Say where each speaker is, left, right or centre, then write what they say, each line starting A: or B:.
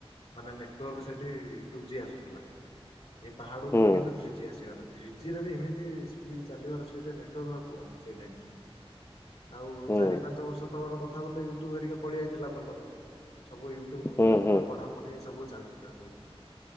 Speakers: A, on the left (about 85°); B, on the left (about 25°).
A: ମାନେ ନେଟୱାର୍କ ସେଠି ଟୁ ଜି ଆସୁଥିଲା। ଏ ପାହାଡ ଉପରେ
B: ହୁଁ
A: କିନ୍ତୁ ଥ୍ରୀ ଜି ଆସିବାର। ଥ୍ରୀ ଜି ରେ ବି ଏମିତି ସ୍ପିଡ୍ ଚାଲିବାର ସେଇଠେ ନେଟୱାର୍କ ଆଉ <unintelligible> ସେଇ ଟାଇମରେ। ଆଉ
B: ହୁଁ
A: ଚାରି ପାଞ୍ଚ ବର୍ଷ ତଳର କଥା ବୋଲେ ୟୁଟ୍ୟୁବ ହେରିକା ପଳେଇ ଆଇଥିଲା ଭଲ। ସବୁ ୟୁଟ୍ୟୁବ ଉପରେ
B: ହୁଁ ହୁଁ
A: ପୁରା ପଢା ପଢି ସବୁ ଚାଲିଥିଲା ସବୁ।